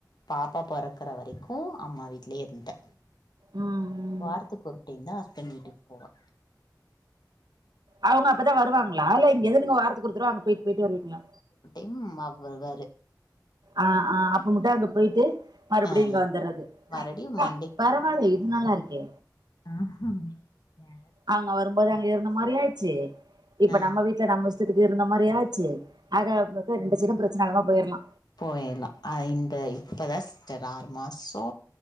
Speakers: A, on the left; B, on the right.
A: பாப்பா பொறக்கற வரைக்கு அம்மா வீட்யே இருந்ட்டே
B: ம் ம்
A: வார்த்துக் ஒரு டைம் தா தன் வீட்டுக் போவே
B: அவுங்க அப்தா வருவாங்ளா இல்ல எத நீங்க வாரத்துக் கொருதடவ அங்க பேட்டு பேட்டு வருவீங்ளா
A: ம் அவர் வருவாரு
B: ஆ ஆ அப்ப முட்ட அங்க பேய்ட்டு மறுபடியு
A: ஆ
B: இங்க வந்துறது
A: மறுபடியு
B: ப்பா
A: மண்டே
B: பரவால்லயே இது நல்லாருக்கே
A: <inaudible>
B: அவுங்க வரும்போது அங்க இருந்த மாரி ஆய்ச்சு இப்ப
A: ஆ
B: நம்ம வீட்ல நம்ம இஷ்டத்துக்கு இருந்த மாரியு ஆச்சு ஆக ரெண்டு சைடு பிரச் சி நலமா போருலா
A: போயிர்லா அ இந்த இப்பதா சிஸ்டர் ஆறு மாசோ